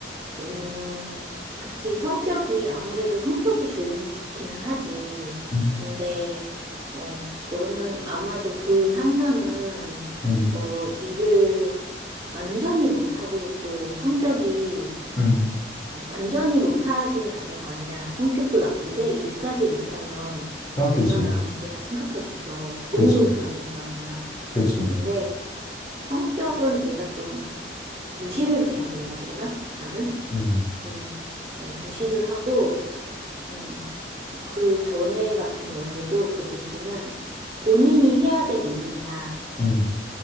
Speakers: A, on the right (about 25°); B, on the left (about 20°).
A: 음, 그치. 성격이, 아무래도 성격이 좋으면 좋기는 하지.
B: 음,
A: 근데, 어, 너는 아마도 그 상사는,
B: 음,
A: 어, 일을 완전히 못하고 또 성격이
B: 음.
A: 어, 완전히 못하지는 않을 거 아니야. 성격도 나쁜데 일까지 못하면
B: 최악이지.
A: 얼마나 문제가 심각하겠어. 그 정도는
B: 그치,
A: 아닐 거 아니야.
B: 그치.
A: 근데 성격은 내가 좀 무시를 해야 된다고 그러나? 나는?
B: 음,
A: 음, 어, 무시를 하고, 음, 그 전에 같은 경우에도 그 보스는 본인이 해야 될 일이야.
B: 음,